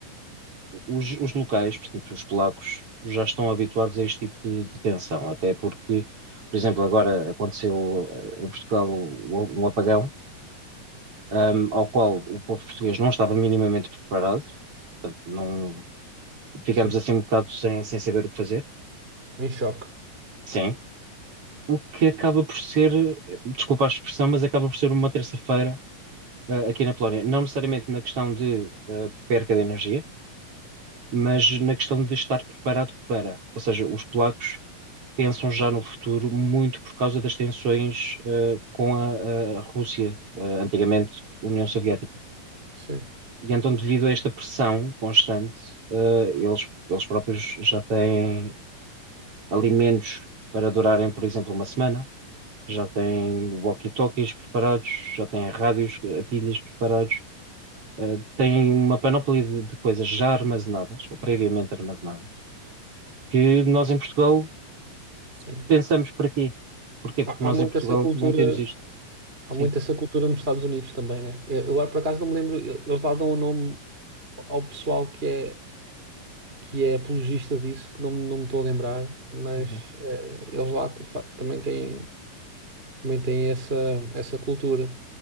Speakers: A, on the right; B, on the right.
A: os, os locais, portanto, os polacos, já estão habituados a este tipo de, de tensão, até porque, por exemplo, agora aconteceu eh, em Portugal o- um apagão, hum, ao qual o povo português não estava minimamente preparado, não, ficamos
B: Sim,
A: assim um bocado sem, sem saber o que fazer,
B: em choque.
A: sim, o que acaba por ser, eh, desculpa a expressão, mas acaba por ser uma terça-feira. eh, Aqui na Polónia, não necessariamente na questão de eh, perca de energia, mas na questão de estar preparado para. Ou seja, os polacos pensam já no futuro muito por causa das tensões eh, com a, a Rússia, eh, antigamente União Soviética.
B: sim,
A: E então, devido a esta pressão constante, eh, eles, eles próprios já têm alimentos para durarem, por exemplo, uma semana, já têm walkie-talkies preparados, já têm rádios a pilhas preparados. eh, têm uma panóplia de de coisas já armazenadas, ou previamente armazenadas, que nós em Portugal
B: sim.
A: pensamos para quê? Porquê? Porque
B: Há,
A: nós
B: há muito
A: em Portugal
B: essa cultura,
A: não temos isto.
B: há
A: Sim.
B: muito essa cultura nos Estados Unidos também, né? Eu, eu agora por acaso não me lembro, eu- eles lá dão o nome ao pessoal que é que é apologista disso, que não, me- não me estou a lembrar, mas
A: Uhum.
B: eh, eles lá te- fa- também têm. também tem essa, essa cultura.